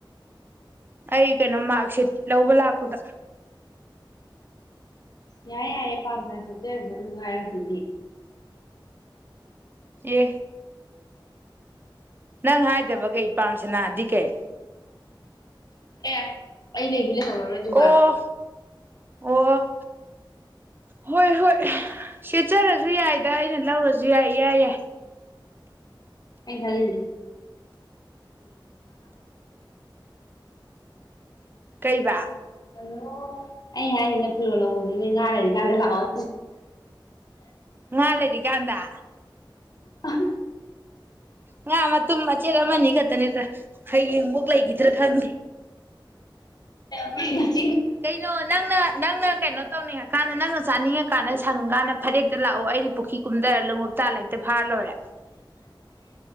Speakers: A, on the right; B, on the left.
A: ꯑꯩ ꯀꯩꯅꯣ ꯃꯥꯔꯛꯁꯤꯠ ꯂꯧꯕ ꯂꯥꯛꯄꯗ
B: ꯌꯥꯏ ꯌꯥꯏꯔꯦ ꯄꯥꯔꯗꯝ ꯆ ꯆꯖ ꯉꯥꯏꯔ ꯊ
A: ꯌꯦ ꯅꯪ ꯍꯥꯏꯗꯕ ꯀꯩ ꯏ ꯄꯥꯝꯁꯤꯅꯗꯤ ꯀꯩ
B: ꯑꯦ ꯑꯩ ꯂꯩꯒ ꯂꯩꯍꯧꯔꯔꯣꯏ ꯑꯗꯨꯒ
A: ꯑꯣ ꯑꯣ ꯍꯣꯏ ꯍꯣꯏ ꯁꯦꯠꯆꯔꯁꯨ ꯌꯥꯏꯗ ꯑꯩꯅ ꯂꯧꯔꯁꯨ ꯌꯥꯏ ꯌꯥꯏ ꯌꯥꯏ
B: ꯑꯩ ꯈ ꯂ
A: ꯀꯩꯕ
B: ꯑꯂꯣ ꯑꯩ ꯍꯥꯏꯁꯤꯅ ꯐꯤꯔꯣꯜ ꯂꯅꯤ ꯅ ꯉꯔꯗꯤ ꯀꯥꯟꯗ ꯂꯥꯛꯑꯣ
A: ꯉ ꯂꯩꯗꯤ ꯀꯥꯟꯗ
B: ꯑ
A: ꯉꯥ ꯃꯇꯨꯝ ꯃꯆꯦꯠ ꯑꯃꯅꯤ ꯈꯛꯇ ꯅꯠꯇ꯭ꯔ ꯍꯌꯦꯡꯐꯣꯛ ꯂꯩꯈꯤꯗ꯭ꯔꯥ ꯈꯪꯗꯦ
B: ꯑ
A: ꯀꯩꯅꯣ ꯅꯪꯅ ꯅꯪꯅ ꯀꯩꯅꯣ ꯇꯧꯅꯤ ꯍꯥꯏ ꯀꯥꯟꯗ ꯅꯪꯅ ꯆꯥꯅꯤꯡꯉꯀꯥꯟꯗ ꯁꯪꯉꯀꯥꯟꯗ ꯐꯔꯦꯛꯇ ꯂꯥꯛꯑꯣ ꯑꯩꯅ ꯄꯨꯈ꯭ꯔꯤ ꯀꯨꯝꯊꯔ ꯂꯨ ꯏꯂ ꯏꯇ ꯐꯥꯔꯅ ꯋꯥꯔꯦ